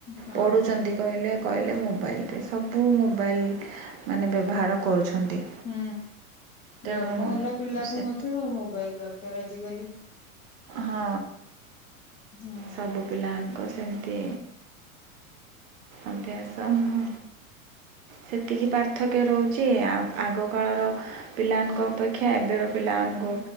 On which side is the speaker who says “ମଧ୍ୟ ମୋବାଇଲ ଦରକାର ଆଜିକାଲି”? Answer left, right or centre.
Left